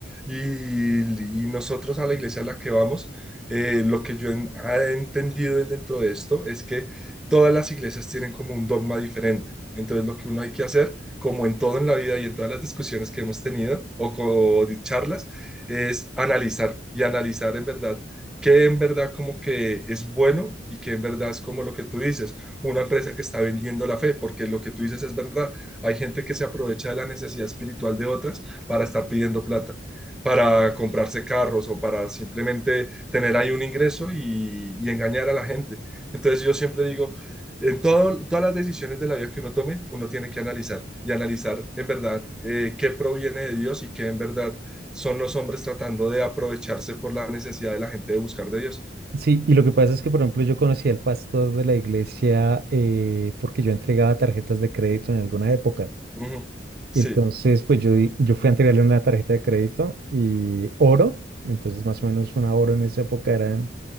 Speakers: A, in the centre; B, on the right.
A: Y, y nosotros a la iglesia a la que vamos, eh, lo que yo en- ah, he entendido dentro de esto es que todas las iglesias tienen como un dogma diferente. Entonces, lo que uno hay que hacer, como en todo en la vida y en todas las discusiones que hemos tenido o, co- o de charlas, es analizar y analizar en verdad qué en verdad como que es bueno y qué en verdad es como lo que tú dices, una empresa que está vendiendo la fe, porque lo que tú dices es verdad hay gente que se aprovecha de la necesidad espiritual de otras para estar pidiendo plata, para comprarse carros o para simplemente tener ahí un ingreso y, y engañar a la gente. Entonces yo siempre digo, en todo, todas las decisiones de la vida que uno tome, uno tiene que analizar y analizar en verdad eh, qué proviene de Dios y qué en verdad son los hombres tratando de aprovecharse por la necesidad de la gente de buscar de Dios.
B: Sí, y lo que pasa es que, por ejemplo, yo conocí al pastor de la iglesia eh, porque yo entregaba tarjetas de crédito en alguna época.
A: Ujú. Sí,
B: Y entonces, pues yo, di- yo fui a entregarle una tarjeta de crédito y oro, entonces más o menos una oro en esa época eran